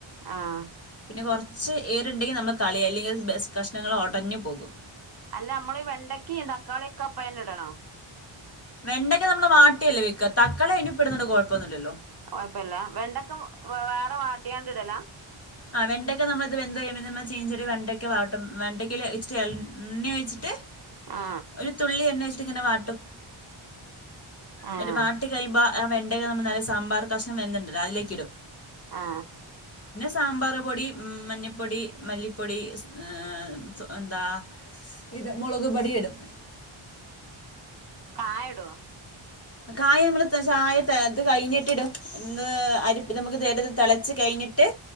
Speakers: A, on the right (about 50°); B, on the left (about 30°).
A: ആ
B: പിന്നെ കൊർച്ച് ഏറ് ണ്ടെങ്കി നമ്മള് കളയും അല്ലെങ്കി ബസ് കഷ്ണങ്ങള് ഒടഞ്ഞു പോകും
A: അല്ല നമ്മളീ വെണ്ടക്കീം തക്കാളി ഒക്കെപ്പയ്ല്ടണോ
B: വെണ്ടയ്ക്ക നമ്മള് വാട്ടിയല്ലേ വെക്ക തക്കാളി അയ്ന്റൊപ്പട്ന്നോണ്ട് കൊഴപ്പൊന്നുല്ലല്ലോ
A: കൊഴപ്പല്ല വെണ്ടയ്ക്ക വേറെ വാട്ടിയാണ്ട്ടലാ
B: ആ വെണ്ടക്ക നമ്മള് ഇത് വെന്തു കഴിയുമ്പം നമ്മള് ചീനി ചട്ടി വെണ്ടക്ക വാട്ടും വെണ്ടക്കേല് ഇച്ചിരി എണ്ണ ഒഴിച്ചിട്ട്
A: ആ
B: ഒരു തുള്ളി എണ്ണ ഒഴിച്ചിട്ട് ങ്ങനെ വാട്ടും
A: ആഹ്
B: ഒരു വാ ട്ട് കഴിയുമ്പ ആ വെണ്ടെല് നമ്മ നല്ല സാമ്പാറ് കഷ്ണം വെന്തിണ്ടല്ലോ അതിലേക്കിടും
A: ആ
B: സാമ്പാറ് പൊടി, മഞ്ഞപ്പൊടി, മല്ലിപ്പൊടി സ് സൊ എന്താ ഇത് മൊളക്പൊടി ഇടും
A: കായടോ
B: കായം അമ്മള് <unintelligible> ഇത് കഴിഞ്ഞിട്ടിടും എന്ത് അരി ഇത് നമ്മക്ക് തെളച്ച് കഴിഞ്ഞിട്ട്